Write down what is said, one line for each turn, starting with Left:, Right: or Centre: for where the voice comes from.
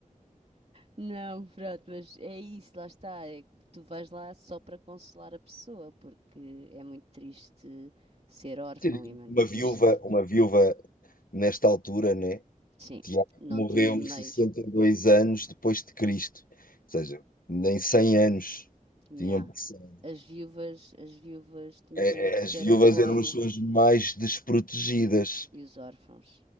Right: Não, pronto, mas é isso, lá está. É que tu vais lá só para consolar a pessoa, porque é muito triste ser órfão,
Left: Sim.
Right: é muito
Left: Uma
Right: triste
Left: viúva, uma viúva nesta altura, né?
Right: Sim,
Left: Tiago
Right: não
Left: morreu
Right: tinha meios.
Left: 62 anos depois de Cristo, ou seja, nem 100 anos
Right: Yeah.
Left: tinham passado.
Right: As viúvas, as viúvas tinham
Left: É,
Right: mesmo que
Left: é, As
Right: ter
Left: viúvas
Right: apoio
Left: eram as pessoas mais desprotegidas
Right: e os órfãos.